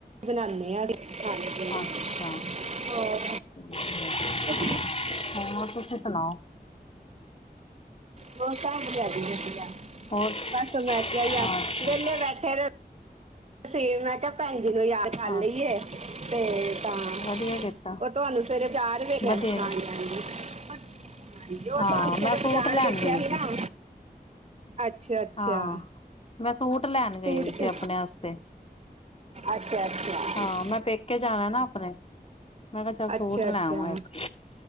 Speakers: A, on the right (about 45°); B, on the left (about 40°).
A: ਬਣਾਣੇ ਆ <inaudible> ਹਾਂਜੀ।
B: ਅੱਛਾ
A: ਹੋਰ
B: <inaudible>
A: ਤੁਸੀਂ
B: ਹੋਰ ਤੁਸੀਂ ਸੁਣਾਓ।
A: ਬਹੁ ਸਾਰੀ ਹੈ ਦੀ ਆ
B: ਹੋਰ
A: ਬਸ ਮੈਂ ਕਿਹਾ ਹੀ
B: ਅੱਛਾ
A: ਆ
B: ਅੱਛਾ
A: ਵਿਹਲੇ ਬੈਠੇ ਰੋ ਫੇਰ ਮੈਂ ਕਿਹਾ ਭੈਣ ਜੀ ਨੂੰ ਯਾਦ
B: ਅੱਛਾ
A: ਕਰ ਲਈਏ <inaudible> ਤੇ ਤਾਂ
B: ਵਧੀਆ ਕੀਤਾ
A: ਉਹ ਤੁਹਾਨੂੰ ਸਵੇਰੇ ਚਾਰ ਵੱਜੇ <inaudible>
B: ਵਧੀਆ
A: ਹਾਂਜੀ
B: ਕੀਤਾ
A: -ਹਾਂਜੀ। <inaudible> ਹਾਂਜੀ ਉਹ
B: ਹਾਂ
A: ਤੁਹਾਨੂੰ
B: ਮੈਂ
A: ਬਾਜ਼ਾਰ
B: ਸੂਟ ਲੈਣ
A: ਵੇਖਿਆ
B: ਗਈ
A: ਸੀ ਨਾ ਅੱਛਾ -ਅੱਛਾ
B: ਹਾਂ ਮੈਂ ਸੂਟ ਲੈਣ
A: ਸੂਟ
B: ਗਈ ਸੀ
A: ਤੇ
B: ਆਪਣੇ ਆਸਤੇ
A: ਅੱਛਾ ਅੱਛਾ
B: ਹਾਂ ਮੈਂ ਪੇਕੇ ਜਾਣਾ ਨਾ ਆਪਣੇ ਮੈਂ ਕਿਹਾ ਚਲ ਸੂਟ
A: ਅੱਛਾ
B: ਲੈ
A: ਅੱਛਾ
B: ਆਂਵਾ ਇੱਕ